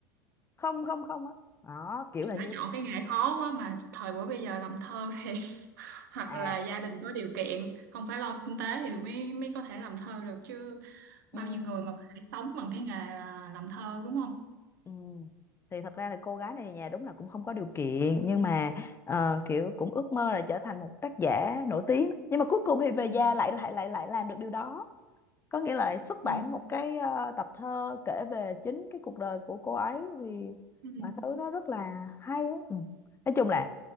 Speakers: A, on the left; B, on the right.
A: không không không á đó kiểu
B: thì
A: là
B: đã
A: như
B: chọn cái nghề khó quá mà thời buổi bây giờ làm thơ thì <laughs> hoặc
A: à
B: là gia đình có điều kiện không phải lo kinh tế thì mới mới có thể làm thơ được chứ
A: ừ,
B: bao nhiêu người mà có thể sống bằng cái nghề là làm thơ đúng không
A: ừ. thì thật ra là cô gái này nhà đúng là cũng không có điều kiện nhưng mà ờ, kiểu cũng ước mơ là trở thành một tác giả nổi tiếng nhưng mà cuối cùng thì về già
B: ừ
A: lại lại lại lại làm được điều đó có nghĩa là xuất
B: ừ
A: bản một cái ờ, tập thơ kể về chính cái cuộc đời của cô ấy thì
B: ừ.
A: mọi thứ nó rất là hay á. ừ. nói chung là